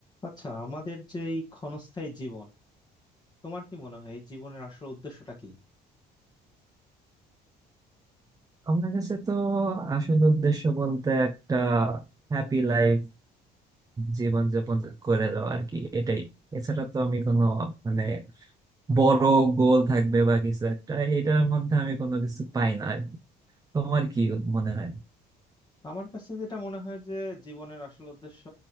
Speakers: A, on the left; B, on the right.
A: আচ্ছা আমাদের যে এই ক্ষণস্থায়ী জীবন তোমার কি মনে হয় এই জীবনের আসল উদ্দেশ্যটা কি
B: আমার কাছে তো আসল উদ্দেশ্য বলতে একটা হ্যাপি লাইফ জীবন যাপন করে যাওয়া আর কি এটাই এছাড়া তো আমি কোনো মানে বড় গোল থাকবে বা কিছু একটা এটার মধ্যে আমি কোনো কিছু পাই না আর কি তোমার কি মনে হয়
A: আমার কাছে যেটা মনে হয় যে জীবনের আসল উদ্দেশ্য